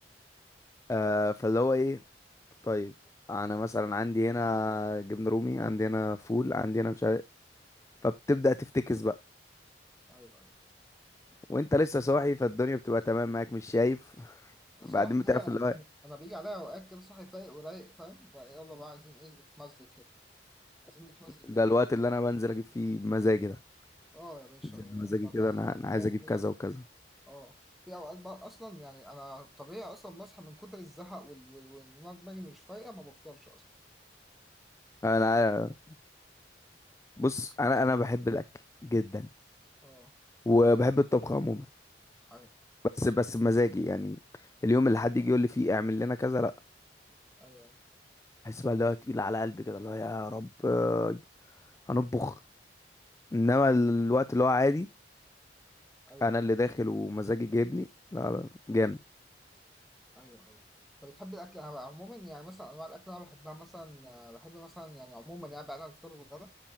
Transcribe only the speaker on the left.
آه فاللي هو ايه طيب انا مثلا عندي هنا جبنه رومي عندي هنا فول عندي هنا مش عارف فبتبدا تفتكس بقى
وانت لسه صاحي فالدنيا بتبقى تمام معاك مش شايف <laughs>
بعدين بتعرف
اللي هو إيه،
ده الوقت اللي انا بنزل اجيب فيه مزاجي ده
بنزل بمزاجي
كده انا
انا
عايز اجيب
كذا وكذا
انا بص انا انا بحب الاكل جدا
وبحب الطبخ عموما
بس بس بمزاجي يعني اليوم اللي حد يجي يقول لي فيه اعمل لنا كذا لا
احس بقى اللي هو تقيل على قلبي كده اللي هو يا رب آه، هنطبخ انما الوقت اللي هو عادي
انا اللي داخل ومزاجي جايبني لا لا جامد